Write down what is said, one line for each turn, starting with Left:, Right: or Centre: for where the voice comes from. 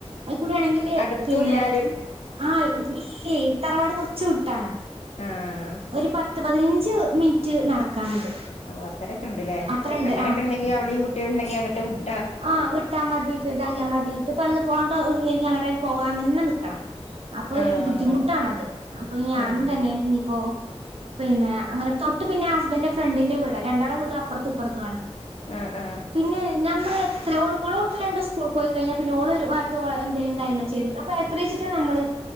Right: അത് കൂടെ ആണെങ്കില്
Left: അടുത്തൂല്ലാരും
Right: പിന്നെ ആഹ ഇല്ലെ തറവാട് കുറച് വിട്ടാണ്
Left: ആഹആാാാാ
Right: ഒരു പത്ത് പതിനഞ്ച് മിനിറ്റ് നടക്കാനുണ്ട്
Left: ഓ അത്രയൊക്കെ ഉണ്ടല്ലേ
Right: അത്രണ്ട്
Left: അങ്ങനൊക്കെ
Right: ആഹ്
Left: ഉണ്ടെങ്കി അവിടെയും കുട്ടികള ഉണ്ടെങ്കി അങ്ങട്ട കുട്ടാ
Right: ആഹ് വിട്ടാൽ മതി ഇപ്പ ഇതാക്കിയ മതി ഇപ്പന്ന് പോകണ്ടരിക്കും അങ്ങടൽ പോകാന്ന്ന്നെ നിൽക്കണം അപ്പൊ ഒരു
Left: ആഹ്
Right: ബുദ്ധിമുട്ടാണത് അപ്പൊ ഞാനും
Left: ഉം
Right: തന്നെ ഇനിയിപ്പോ പിന്നെ അങ്ങനെ തൊട്ട് പിന്നെ ആ ഹസ്ബൻഡന്റെ ഫ്രണ്ടിന്റെ വീട രണ്ടാെ വീട് അപ്പുറത്തുപ്പുറത്ത വണ്
Left: ആഹാ ഹാ
Right: പിന്നെ നമ്മളെ ചിലഓൾക്കോ ഒട്ട് രണ്ട സ്കൂൾ പോയി കഴിഞ്ഞാൽ പിന്നെഓ ഒരു എന്തെലും കാര്യങ്ങ ചെയ്ത് അപ്പോ എത്രച്ചിട്ടാണ് നമ്മള്